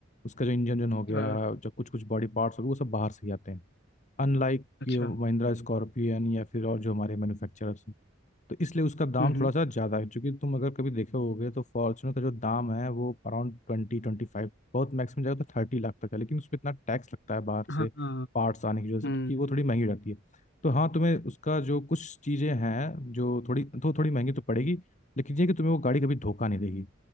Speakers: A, on the left (about 40°); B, on the left (about 60°).
A: उसका जो इंजन जो हो गया
B: अ,
A: जो कुछ कुछ बॉडी पार्ट्स हो गए वो सब बाहर से ही आते हैं अनलाइक
B: अच्छा
A: ये महिंद्रा स्कॉर्पियन या फिर और जो हमारे मैन्युफैक्चरर्स तो इसलिए उसका दाम
B: हम्म हम्म
A: थोड़ा सा ज्यादा है क्योंकि तुम अगर कभी देखे होगे तो फॉर्चुनर का जो दाम है वो अराउंड ट्वेंटी ट्वेंटी फाइव बहुत मैक्सिमम जाएगा तो थर्टी लाख तक है लेकिन उसमें इतना टैक्स लगता है बाहर से
B: हाँ हाँ,
A: पार्ट्स आने की वजह से
B: हम्म
A: तो कि वो थोड़ी महंगी हो जाती है तो हाँ तुम्हें उसका जो कुछ चीजें हैं जो थोड़ी तो थोड़ी महंगी तो पड़ेगी लेकिन ये कि तुम्हें वो गाड़ी कभी धोखा नहीं देगी